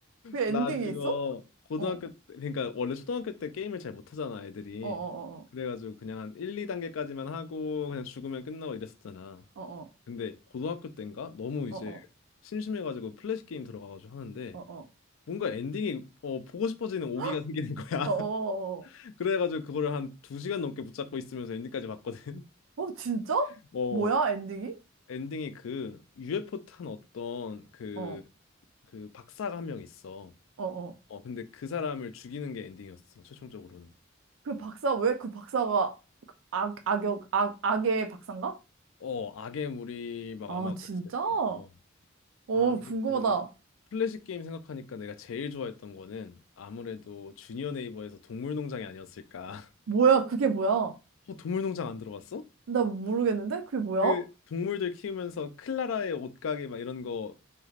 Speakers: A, on the right; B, on the left.
A: 그 엔딩이
B: 나 그거
A: 있어?
B: 고등학교
A: 어,
B: 때- 그러니까 원래 초등학교 때 게임을 잘 못하잖아 애들이
A: 어, 어,
B: 그래가지고 그냥 한 1, 2단계까지만 하고 그냥 죽으면 끝나고 이랬었잖아
A: 어, 어,
B: 근데 고등학교 때인가 너무 이제
A: 어, 어,
B: 심심해가지고 플래시 게임 들어가가지고 하는데
A: 어, 어, 어,
B: 뭔가 엔딩이 어, 보고 싶어지는 오기가
A: <gasps>
B: 생기는 거야 <laughs>
A: 어, 어, 어, 어,
B: 그래가지고 그거를 한 두시간 넘게 붙잡고 있으면서 엔딩까지 봤거든
A: 어, 어, 진짜?
B: <laughs> 어
A: 뭐야, 엔딩이?
B: 엔딩이 그 UFO 탄 어떤 그
A: 어,
B: 그 박사가 한 명 있어.
A: 어, 어.
B: 어 근데 그 사람을 죽이는 게 엔딩이었어 최종적으로는.
A: 그 박사, 왜 그 박사가 악, 악역, 악, 악의 박사인가?
B: 어 악의 물이 막
A: 아,
B: 아마
A: 진짜?
B: 그랬을 거야.
A: 어,
B: 어
A: 궁금하다.
B: 아니면 플래시 게임 생각하니까 내가 제일 좋아했던 거는 아무래도 주니어 네이버에서 동물농장이 아니었을까. <laughs>
A: 뭐야, 그게 뭐야?
B: 어 동물농장 안 들어봤어?
A: 나 모르겠는데? 그게 뭐야?
B: 그 동물들 키우면서 클라라의 옷가게 막 이런 거